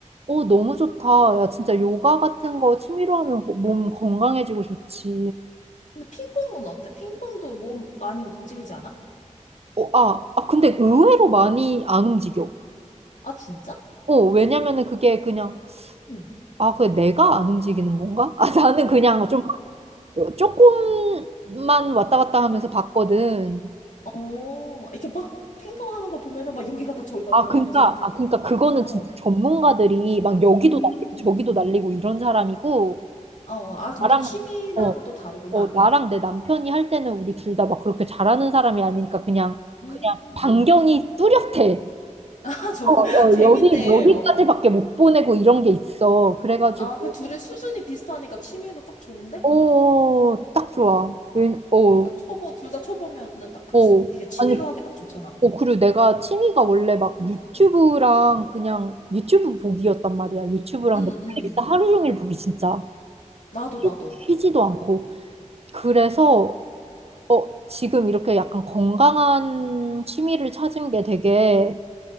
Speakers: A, on the right (about 50°); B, on the left (about 70°).
A: 어, 너무 좋다. 야, 진짜 요가 같은 거 취미로 하면 고- 몸 건강해지고 좋지.
B: 근데 핑퐁은 어때? 핑퐁도 몸 많이 움직이지 않아?
A: 어, 아, 아, 근데 의외로 많이 안 움직여.
B: 아 진짜?
A: 어, 왜냐면은 그게 그냥
B: 응.
A: 아, 그게 내가 안 움직이는 건가? <laughs> 아, 나는 그냥 좀 조금만 왔다 갔다 하면서 봤거든.
B: 어 이렇게 막 핑퐁 하는 거 보면은 막 여기 갔다 저기 갔다
A: 아, 그러니까,
B: 하면서 막 되게
A: 아, 그러니까 그거는
B: 어
A: 진짜 전문가들이 막 여기도
B: 음.
A: 날리고 저기도 날리고 이런 사람이고
B: 어, 아, 그럼
A: 나랑
B: 또 취미라는
A: 어,
B: 것도 다르구나.
A: 어, 나랑 내 남편이 할 때는 우리 둘 다 막 그렇게 잘하는 사람이 아니니까 그냥
B: 음.
A: 그냥 반경이 뚜렷해.
B: <laughs> 아, 저,
A: 어, 어,
B: <laughs> 재밌네.
A: 여기 여기까지밖에
B: 요
A: 못 보내고 이런 게 있어. 그래가지고
B: 아, 그 둘의 수준이 비슷하니까 취미로 딱 좋은데?
A: 오, 딱 좋아. 웬, 어,
B: 그러니까 초보 둘 다 초보면은 딱 그
A: 어.
B: 수- 이게 취미로
A: 아니
B: 하기 딱 좋잖아.
A: 어, 그리고 내가 취미가 원래 막
B: 응,
A: 유튜브랑 그냥 유튜브 보기였단 말이야. 유튜브랑
B: 응,
A: 넷플릭스
B: 응.
A: 하루 종일 보기 진짜
B: 나도
A: 쉬-
B: 나도.
A: 쉬지도 않고. 그래서 어, 지금 이렇게 약간 건강한 취미를 찾은 게 되게